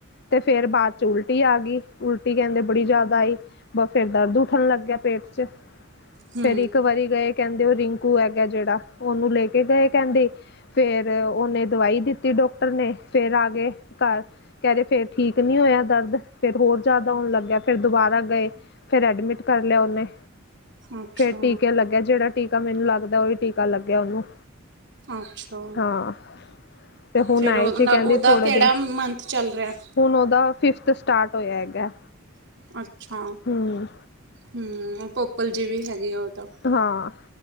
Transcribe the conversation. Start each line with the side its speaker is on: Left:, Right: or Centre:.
Left: ਤੇ ਫੇਰ ਬਾਅਦ ਚ ਉਲਟੀ ਆ ਗਈ ਉਲਟੀ ਕਹਿੰਦੇ ਬੜੀ ਜ਼ਿਆਦਾ ਆਈ। ਬਸ ਫਿਰ ਦਰਦ ਉੱਠਣ ਲੱਗਿਆ ਪੇਟ ਚ।
Right: ਹੂੰ,
Left: ਫੇਰ ਇੱਕ ਵਾਰੀ ਗਏ ਕਹਿੰਦੇ ਉਹ ਰਿੰਕੂ ਹੈਗਾ ਜਿਹੜਾ ਉਹਨੂੰ ਲੈ ਕੇ ਗਏ ਕਹਿੰਦੇ। ਫੇਰ ਉਹਨੇ ਦਵਾਈ ਦਿੱਤੀ ਡਾਕਟਰ ਨੇ ਫੇਰ ਆ ਗਏ ਘਰ ਕਹਿਦੇ ਫੇਰ ਠੀਕ। ਨਹੀਂ ਹੋਇਆ ਦਰਦ ਫੇਰ ਹੋਰ ਜ਼ਿਆਦਾ ਹੋਣ ਲੱਗਿਆ। ਫਿਰ ਦੁਬਾਰਾ ਗਏ ਫਿਰ ਐਡਮਿਟ ਕਰ ਲਿਆ ਉਹਨੇ
Right: ਅੱਛਾ
Left: ਫੇਿਰ ਟੀਕੇ ਲੱਗੇ। ਜਿਹੜਾ ਟੀਕਾ ਮੈਨੂੰ ਲੱਗਦਾ ਹੀ ਟੀ ਲੱਗਿਆ ਉਹਨੂੰ
Right: ਅੱਛਾ
Left: ਹਾਂ ਤੇ ਹੁਣ
Right: ਫਿਰ
Left: ਆਏ
Right: ਉਹਦਾ,
Left: ਸੀ ਕਹਿੰਦੀ
Right: ਉਹਦਾ
Left: ਥੋੜੇ
Right: ਕਿਹੜਾ
Left: ਦਿਨ
Right: ਮੰਥ ਚੱਲ ਰਿਹਾ।
Left: ਹੁਣ ਉਹਦਾ ਫਿਫਥ ਸਟਾਰਟ ਹੋਇਆ ਹੈਗਾ।
Right: ਅੱਛਾ
Left: ਹਮ
Right: ਹਮ ਉਹ ਪੋਪਲ ਜੀ ਵੀ ਹੈਗੇ ਆ ਉਹ ਤਾਂ
Left: ਹਾਂ